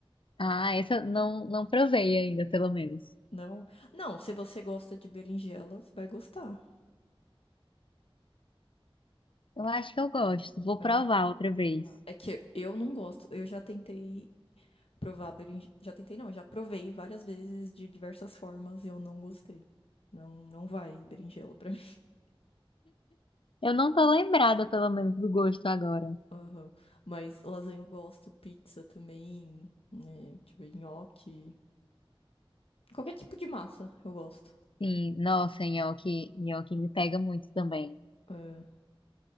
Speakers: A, on the left; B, on the left.
A: Ah, essa eu não, não provei ainda, pelo menos.
B: Não? Não, se você gosta de berinjela, você vai gostar.
A: Eu acho que eu gosto. Vou
B: É.
A: provar outra vez.
B: Ah, é que eu não gosto. Eu já tentei Provável, em- já tentei não, já provei várias vezes de diversas formas e eu não gostei. Não, não vai berinjela pra mim. <laughs>
A: Eu não tô lembrada, pelo menos, do gosto agora.
B: Aham. Mas lasanha eu gosto, pizza também, né, deixa eu ver, nhoque, qualquer tipo de massa eu gosto.
A: Sim, nossa, nhoque, nhoque me pega muito também.
B: É,